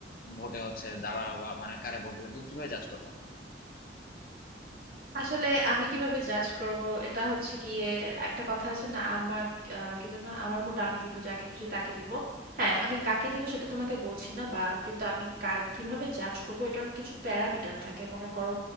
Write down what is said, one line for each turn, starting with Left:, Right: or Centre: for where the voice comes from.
Left: ভোটে হচ্ছে দাঁড়া বা মানে কারে ভোট দিবে তুমি কিভাবে জাজ করবা
Right: আসলে আমি কিভাবে জাজ করব এটা হচ্ছে গিয়ে একটা কথা আছে না আমার আহ, কি যেন আমার ভোট আমি দিব যাকে খুশি তাকে দিব হ্যাঁ আমি কাকে দিব সেটা তোমাকে বলছি না বা কিন্তু আমি কা- কিভাবে জাজ করব এটার কিছু প্যারামিটার থাকে মনে করো